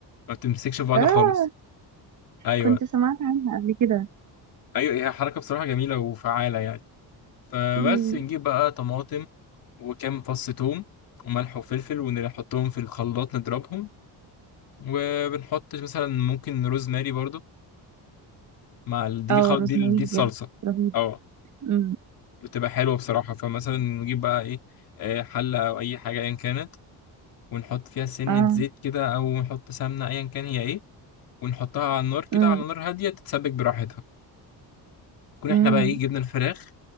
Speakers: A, on the left; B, on the right.
A: ما بتمسكش في بعض
B: اه
A: خالص أيوة
B: كنت سمعت عنها قبل كده
A: أيوة هي حركة بصراحة جميلة وفعالة يعني فبس
B: مم.
A: نجيب بقى طماطم وكام فص توم وملح وفلفل ونحطهم في الخلاط نضربهم وبنحط مثلا ممكن روزماري برضو مع ال- دي
B: اه
A: خل...
B: روزماري
A: دي ال- دي الصلصة
B: بجد رهيب
A: اه
B: مم.
A: بتبقى حلوة بصراحة فمثلا نجيب بقى إيه آه، حلة أو أي حاجة أيا كانت ونحط فيها سنة
B: اه
A: زيت كده أو نحط سمنة أيا كان هي إيه ونحطها على النار كده
B: مم.
A: على نار هادية تتسبك براحتها تكون
B: مم.
A: إحنا بقى إيه جبنا الفراخ